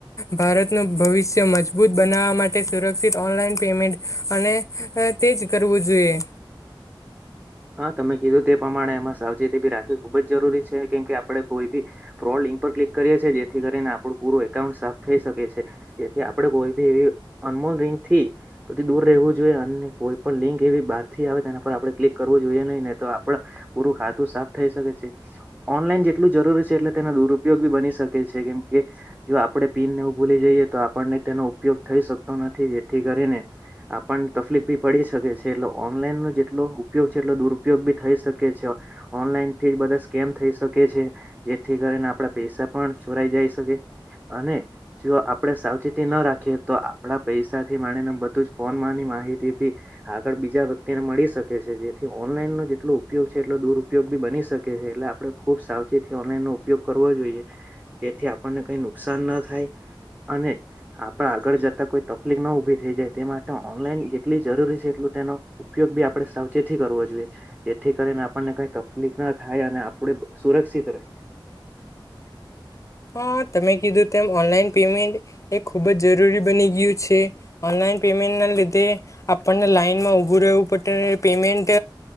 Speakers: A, on the left; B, on the right.
A: ભારતનું ભવિષ્ય મજબૂત બનાવવા માટે સુરક્ષિત ઓનલાઈન પેમેન્ટ અને તેજ કરવું જોઈએ.
B: હા, તમે કીધું તે પ્રમાણે એમાં સાવચેતી બી રાખવી ખુબ જ જરૂરી છે કેમ કે આપડે કોઈ બી ફ્રોડ લિંક પર ક્લિક કરીએ છે જેથી કરીને આપણું પૂરું એકાઉન્ટ સાફ થઈ શકે છે તેથી આપડે કોઈ બી એવી અનમોલ લિંકથી દૂર રહેવું જોઈએ અને કોઈ પણ લિંક એવી બારથી આવે તેના પર આપરે ક્લિક કરવું જોઈએ નહી નેતો આપડ પૂરું ખાતું સાફ થઈ શકે છે ઓનલાઈન જેટલું જરૂરી છે એટલે તેના દુરયોગ બી બની શકે છે કેમ કે જો આપડે પીનને એવું ભૂલી જઈએ તો આપણને તેનો ઉપયોગ થઈ શ જેથી કરીને આપણે તફલીફ બી પડી શકે છે એટલે ઓનલાઈનનુ જેટલુ ઉપયોગ છે એટલો દુરુપયોગ બી થઈ શકે છે ઓનલાઈનથી બધા સ્કેમ થઈ શકે છે જેથી ક આપરા પૈસા પણ ચોરાઈ જાય શકે અને જો આપણે સાવચેતીના રાખીએ તો આપણા પૈસાથી માનીને બધું જ ફોન માની માહિતી ભી આગળ બીજા વ્યક્તિ ને મળી શકે છે, જેથી ઓનલાઈનનો જેટલો ઉપયોગ છે એટલો દુરુપયોગ બી બની શકે છે, એટલે આપણે ખૂબ સાવચેતી ઓનલાઈનનો ઉપયોગ કરવો જોઈએ, જેથી આપણને કઈ નુકસાન ના થાય અને આપડ આગળ જતા કોઈ તકલીફ ના ઉભી થઈ જાય તે માટે ઓનલાઈન જેટલી જરૂરી છે એટલું ઉપયોગ બી આપ આપણે સાવચેતી કરવો જોઈએ જેથી કરીને આપણને કઈ તકલીફ ના થાય અને આપણે સુરક્ષિત રહીએ
A: <unintelligible> હા, તમે કીધું તેમ ઓનલાઈન પેમેન્ટ એ ખુબ જ જરૂરી બની ગયું છે. ઓનલાઈન પે મેન્ટના લીધે આપણને લાઈનમાં ઉભું રહેવું પડું પેમેન્ટ